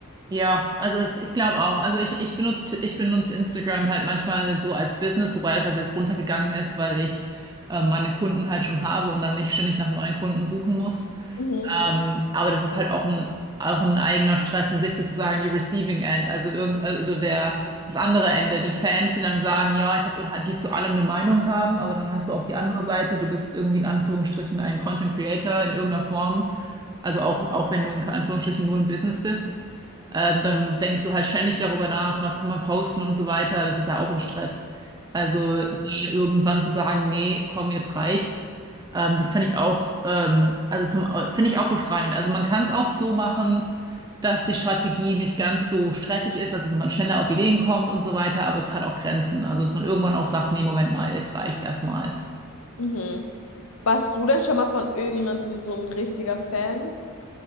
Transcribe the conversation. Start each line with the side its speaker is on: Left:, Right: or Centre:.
Right: Ja, also es, ich glaube auch. Also ich, ich benutze, ich benutze Instagram halt manchmal so als Business, wobei das halt jetzt runtergegangen ist, weil ich äh, meine Kunden halt schon habe und dann nicht ständig nach neuen Kunden suchen muss.
Left: Mhm.
Right: Ähm, aber das ist halt auch ein, auch ein eigener Stress in sich sozusagen die Receiving End, also irgend, also der, das andere Ende, die Fans, die dann sagen, ja, ich habe halt, die zu allem eine Meinung haben, aber dann hast du auch die andere Seite, du bist irgendwie in Anführungsstrichen ein Content Creator in irgendeiner Form, also auch, auch wenn du in Anführungsstrichen nur ein Business bist. Ähm, dann denkst du halt ständig darüber nach, was kann man posten und so weiter. Das ist ja auch ein Stress. Also da irgendwann zu sagen, nee, komm, jetzt reicht's. Ähm, das finde ich auch, ähm, also zum, finde ich auch befreiend. Also man kann es auch so machen, dass die Strategie nicht ganz so stressig ist, also dass man schneller auf Ideen kommt und so weiter, aber es hat auch Grenzen. Also dass man irgendwann auch sagt, nee, Moment mal, jetzt reicht's erstmal.
Left: Mhm. Warst du denn schon mal von irgendjemandem so ein richtiger Fan?